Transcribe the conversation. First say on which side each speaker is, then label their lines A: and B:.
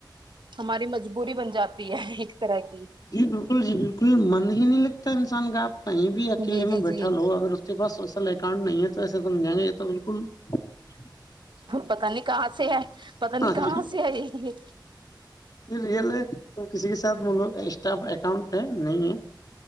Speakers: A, on the right (about 80°); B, on the left (about 55°).
A: ہماری مجبوری بن جاتی ہے ایک طرح کی
B: جی بالکل جی بالکل من ہی نہیں لگتا ان ان گابپ کہیں بھی اکیلے
A: جی جی
B: میں بیٹھا
A: جی
B: لو اگر اس کے پس سوشل اکاؤنٹ نہیں ہے تو تو ایسے توم ج گے یہ تو بالکل <unintelligible>
A: پتا نہیں کہاں سے ہے پتا نہیں
B: ہاں
A: کہاں
B: جی
A: سے ہے یہ یہ
B: ل ہے تو کسی کے ساتھ ملک اسٹاف اکاؤنٹ ہے نہیں ہے